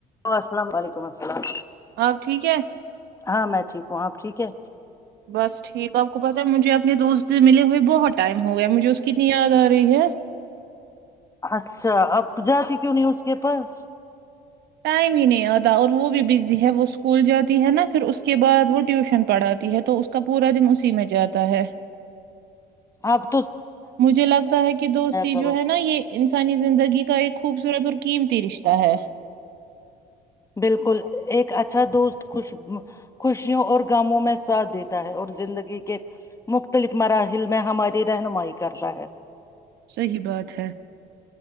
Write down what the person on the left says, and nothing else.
لو السلام علیکم السلام
ہاں میں ٹھیک ہوں آپ ٹھیک ہے
اچھا اب جاتی کیوں نہیں اس کے پاس
آپ
کرو
بالکل ایک اچھا دوست خوش خوشیوں اور گموں میں ساتھ دیتا ہے اور زندگی کے مختلف مراحل میں ہماری رہنمائی کرتا ہے